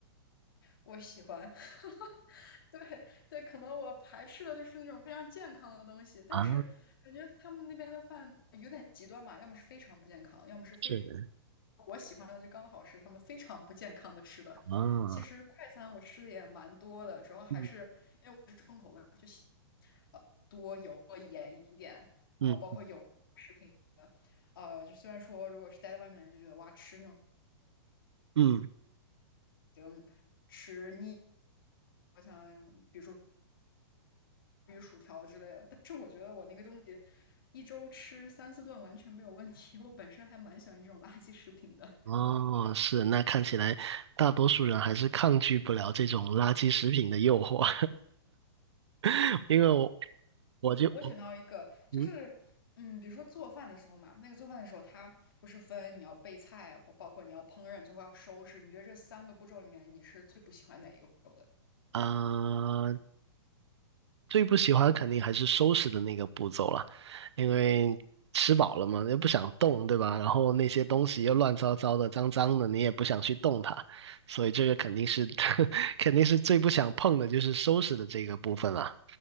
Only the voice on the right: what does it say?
啊，
是
啊，
嗯
嗯
嗯。
哦，是，那看起来大多数人还是抗拒不了这种垃圾食品的诱惑，<laughs> 因为我我就我
嗯
啊。呃最不喜欢肯定还是收拾的那个步骤了，因为吃饱了嘛，又不想动，对吧？然后那些东西又乱糟糟的、脏脏的，你也不想去动它，所以这个肯定是 <laughs> 肯定是最不想碰的，就是收拾的这个部分了。